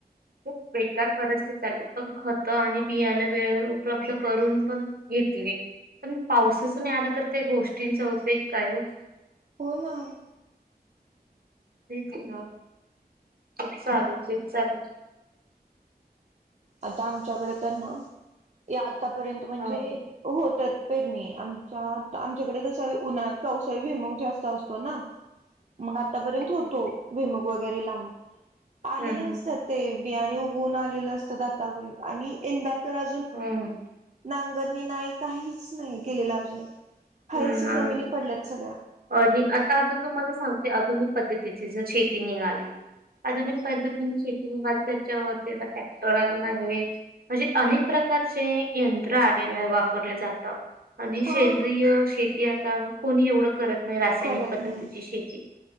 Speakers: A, on the right; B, on the right.
A: खूप बेकार परिस्थिती चालू पण खत आणि बियाणे वेळ उपलब्ध करून पण घेतली पण पावसाच नाही आला तर त्या गोष्टींचा उपयोग काय हो
B: हो ना
A: कच ना तेपसल चपसल
B: आता आमच्याकडे तर ना या आतापर्यंत म्हणजे
A: हा हा,
B: होतात पेरणी आमच्या आमच्याकडे कसा उन्हा पावसाळी विमग जास्त असतो ना मग आतापर्यंत होतो
A: हा.
B: भिमक वगैरे लावून आलेले
A: हम्म हम्म
B: असतात ते ब उून आ असतात आर्य आणिा तर अ
A: हम्म.
B: ना नी नाही काहीच नाही केलेलं अजून हयशी
A: हम्म आहे.
B: जमिनी पडल्यात सगळ्या
A: आणि आता आता तुम्हाला सांगते आधुनिक पद्धतीची जर शेती निघाली आधुनिक पद्धतीने शेतीाली त्याच्यावरती आता टॅक्टर आला आहे म्हणजे अनेक प्रकार प्रकारचे यंत्र आलेलं आहे वापरले जात आणि
B: हा
A: सेंद्रिय शेती आता कोणी एवढं करत रासायनिक
B: करत
A: पद्धतीची
B: नाही
A: शेती